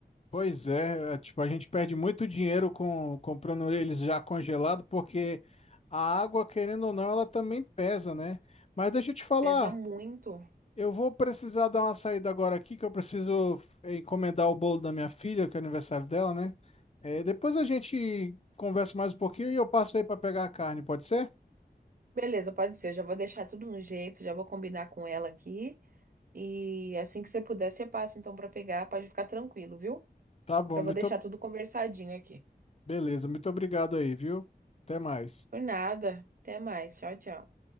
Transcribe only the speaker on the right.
Pesa muito.
Beleza, pode ser. Eu já vou deixar tudo no jeito, já vou combinar com ela aqui. E assim que você puder, você passa então pra pegar. Pode ficar tranquilo, viu?
Já vou
deixar tudo conversadinho aqui.
Por nada. Até mais. Tchau, tchau.